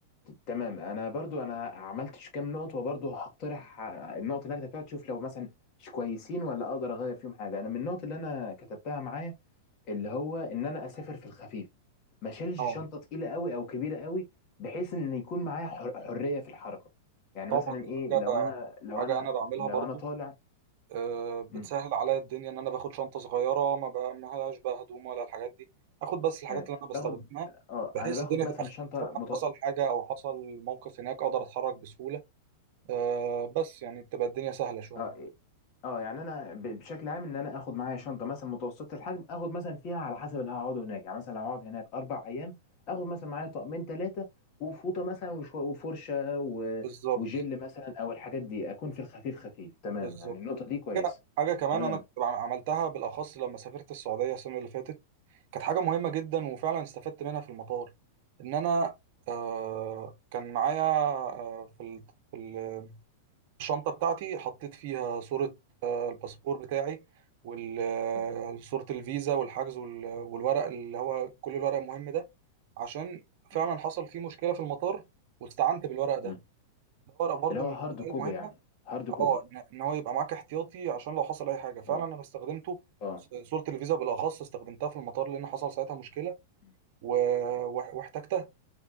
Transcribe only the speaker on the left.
تمام انا برضو انا عملتش كام نقطه وبرضو هقترح النقط اللي انا كتبتها تشوف لو مثلا مش كويسين ولا اقدر اغير فيهم حاجه انا من النقط اللي انا كتبتها معايا اللي هو ان انا اسافر في الخفيف ما شيلش
شنطه تقيله قوي او كبيره قوي بحيث ان يكون معايا حر- حريه في الحركه يعني
مثلا
ايه
لو انا لو
انا
لو
انا طالع
مم،
آه،
باخد اه
انا باخد
مثلا
شنطه مط...
اه إيه. اه يعني انا ب- بشكل عام ان انا اخد معايا شنطه مثلا متوسطه الحجم اخد مثلا فيها على حسب اللي هقعده هناك يعني مثلا لو هقعد هناك اربع ايام اخد مثلا معايا طقمين ثلاثه وفوطه مثلا وشو- وفرشه و...
وجل مثلا او الحاجات دي اكون في الخفيف خفيف تمام
يعني النقطه دي كويسه
تمام
مم.
مم.
مم.
اللي هو
هارد
كوبي
يعني هارد كوبي
اه
اه
مم.
مم.